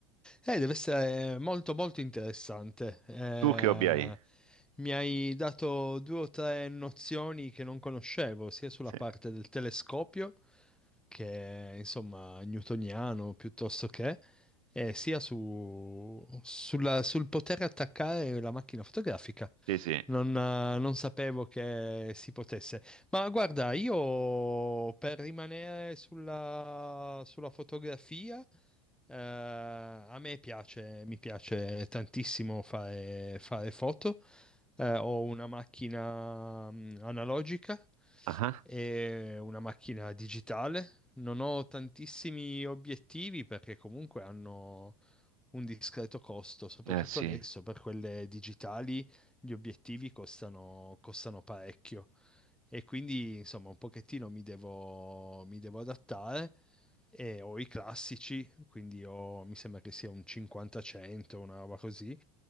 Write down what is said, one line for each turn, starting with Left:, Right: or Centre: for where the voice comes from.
Centre: eh, deve essere molto molto interessante. Eh,
Right: Tu che hobby hai?
Centre: mi hai dato due o tre nozioni che non conoscevo, sia sulla
Right: Sì,
Centre: parte del telescopio che è, insomma newtoniano piuttosto che, eh, sia su- sulla- sul poter attaccare la macchina fotografica.
Right: sì, sì.
Centre: Non, eh, non sapevo che si potesse. Ma guarda, io per rimanere sulla, sulla fotografia, eh, a me piace, mi piace tantissimo fare, fare foto eh, ho una macchina mh, analogica
Right: Ah,
Centre: e una macchina digitale. Non ho tantissimi obiettivi perché comunque hanno un discreto costo, soprattutto
Right: eh sì,
Centre: adesso per quelle digitali gli obiettivi costano, costano parecchio e quindi insomma un pochettino mi devo, mi devo adattare e ho i classici, quindi ho- mi sembra che sia un 50-100, una roba così.